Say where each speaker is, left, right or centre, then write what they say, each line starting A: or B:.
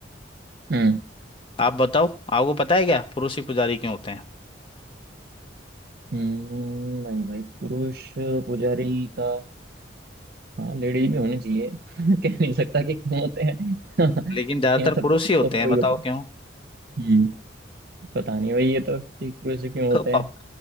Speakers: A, on the right (about 55°); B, on the left (about 30°).
A: हम्म
B: आप बताओ आपको पता है क्या पुरुष ही पुजारी क्यों होते हैं
A: हम्म, नहीं भाई पुरुष पुजारी का हाँ लेडीज भी होने चाहिए <laughs> कह नहीं सकता कि क्यों होते हैं <laughs>
B: लेकिन ज्यादातर
A: ये तो,
B: पुरुष
A: तो
B: ही होते
A: कोई
B: हैं बताओ
A: बता
B: क्यों
A: हम्म पता नहीं भाई ये तो कि पुरुष क्यों होते
B: <laughs>
A: हैं